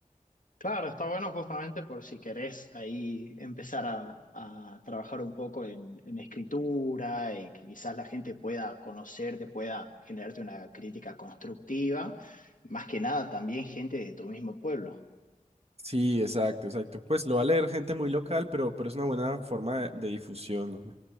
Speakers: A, on the left (about 70°); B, on the right (about 45°).
A: Claro, está bueno justamente por si querés ahí empezar a, a trabajar un poco en, en escritura y que quizás la gente pueda conocerte, pueda generarte una crítica constructiva. Más que nada también gente de tu mismo pueblo.
B: Sí, exacto, exacto. Pues lo va a leer gente muy local, pero, pero es una buena forma de, de difusión. ¿no?